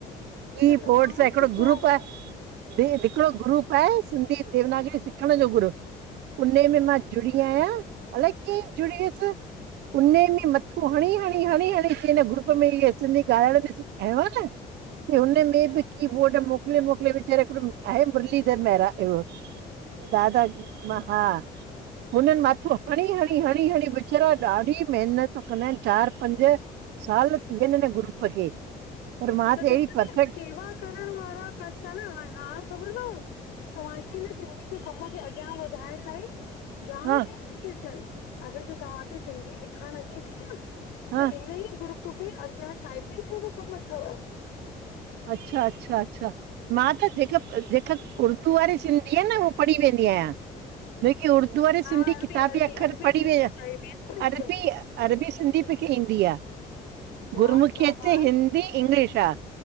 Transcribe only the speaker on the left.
ही
त तमामु
सुठो
<inaudible>
त
ॾिस नीअ
सेवा करण वारा कनि था न हां हाणे ख़बर अथव तव्हांजे हिन सिंधी जे कम खे अॻियां वधाइण लाइ जाम
शयूं थी अचनि अगरि जे तव्हांखे सिंधी लिखणु अचे थी न
त इन ई ग्रुप में अॻियां टाइपिंग जो बि कमु अथव
हा
अरबी
अरबी
अरबी
सिंधी
चइबी आहे न हिनखे
वाह
शाबाश